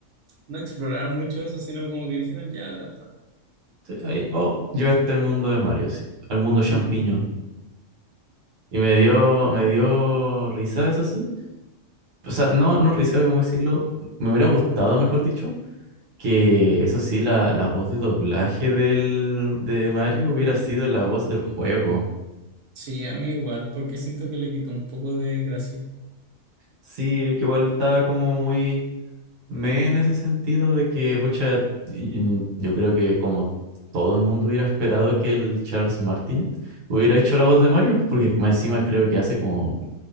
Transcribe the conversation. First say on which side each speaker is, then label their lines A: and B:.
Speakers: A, on the right; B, on the right.
A: no exploraron mucho eso, sino como que dijeron, ya, acá está.
B: Sí, ahí, oh, llegaste al mundo de Mario, sí, al mundo champiñón.
A: Mm,
B: Y me dio,
A: ujú.
B: me dio risa, eso sí. O sea, no, no risa, cómo decirlo. Me hubiera gustado, mejor dicho, que eso sí, la, la voz de doblaje del, de Mario hubiera sido la voz del juego.
A: Sí, a mí igual, porque siento que le quitó un poco de gracia.
B: Sí, que igual estaba como muy me en ese sentido de que, pucha, y- mm, yo creo que como todo el mundo hubiera esperado que el Charles Martinet hubiera hecho la voz de Mario, porque más encima creo que hace como